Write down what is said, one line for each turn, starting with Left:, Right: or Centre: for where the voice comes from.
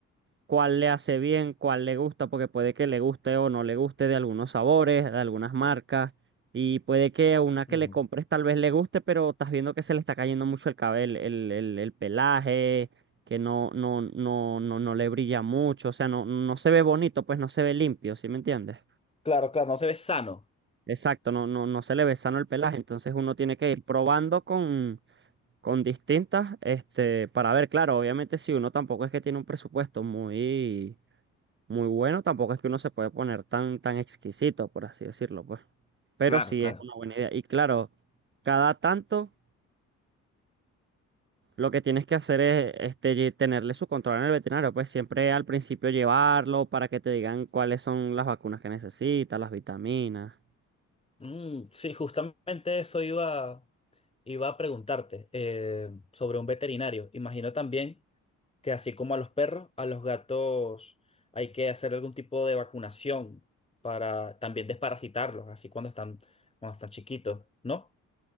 Right: cuál le hace bien, cuál le gusta, porque puede que le guste o no le guste de algunos sabores, de algunas marcas, y puede que una que
Left: Mm,
Right: le compres tal vez le guste, pero estás viendo que se le está cayendo mucho el cabello, el, el- el pelaje, que no, no, no, no, no le brilla mucho, o sea, no, no se ve bonito, pues no se ve limpio, ¿sí me entiendes?
Left: Claro, claro, no se ve sano.
Right: Exacto, no, no, no se le ve sano el pelaje, entonces uno tiene que ir probando con, con distintas, este, para ver, claro, obviamente si uno tampoco es que tiene un presupuesto muy muy bueno, tampoco es que uno se puede poner tan, tan exquisito, por así decirlo, pues. Pero
Left: Claro,
Right: sí
Left: claro.
Right: es una buena idea. Y claro, cada tanto lo que tienes que hacer es este, lle- tenerle su control en el veterinario, pues siempre al principio llevarlo para que te digan cuáles son las vacunas que necesita, las vitaminas.
Left: Mm, sí, justamente eso iba, iba a preguntarte eh, sobre un veterinario. Imagino también que así como a los perros, a los gatos hay que hacer algún tipo de vacunación para también desparasitarlos, así cuando están, cuando están chiquitos, ¿no?